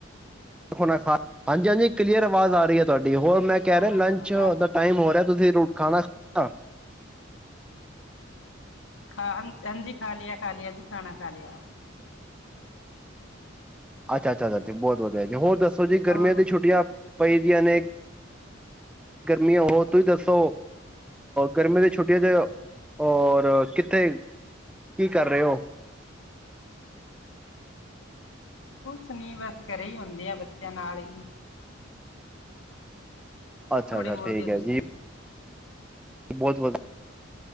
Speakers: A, in the centre; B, on the left.
A: ਹੁਣ ਐਸ਼ਾਂ ਹਾਂਜੀ--ਹਾਂਜੀ ਕਲੀਅਰ ਆਵਾਜ਼ ਆ ਰਹੀ ਐ ਤੁਹਾਡੀ, ਹੋਰ
B: ਹਾਂਜੀ
A: ਮੈਂ ਕਹਿ
B: ਖਾਣਾ
A: ਰਿਹਾਂ ਲੰਚ
B: ਖੁਣਾ ਖਾ ਲਿੱਤਾ
A: ਦਾ ਟਾਇਮ ਹੋ ਰਿਆ ਤੁਸੀਂ ਰ ਖਾਣਾ ਖਾ
B: ਖਾ ਹ ਹਾਂਜੀ ਖਾ ਲਿਆ -ਖਾ ਲਿਆ ਜੀ ਖਾਣਾ ਖਾ ਲ਼ਿਆ।
A: ਅੱਛਾ-ਅੱਛਾ ਬਹੁਤ ਵਧੀਆਂ ਜੀ, ਹੋਰ ਦੱਸੋ ਜੀ
B: ਹੋਰ
A: ਗਰਮੀਆਂ ਦੀਆਂ ਛੁੱਟੀਆਂ ਪਈ ਦੀਆਂ ਨੇ, ਗਰਮੀਆਂ ਹੋ ਤੁਸੀਂ ਦੱਸੋ ਗਰਮੀਆਂ
B: ਹਾਂਜੀ
A: ਦੀਆਂ ਛੁੱਟੀਆਂ ਤੇ ਔਰ ਕਿੱਥੇ, ਕੀ ਕਰ ਰੇ ਔ
B: ਕੁੱਛ ਨੀ ਬਸ ਘਰੇ ਈ ਹੁੰਦੀਂ ਆ ਬੱਚਿਆਂ ਨਾਲ ਈ
A: ਅੱਛਾ-ਅੱਛਾ
B: ਬੋਲਦੇ
A: ਠੀਕ
B: ਹੋ
A: ਹੈ
B: ਤੁਸੀਂ
A: ਜੀ। ਬਹੁਤ ਵਧੀਆ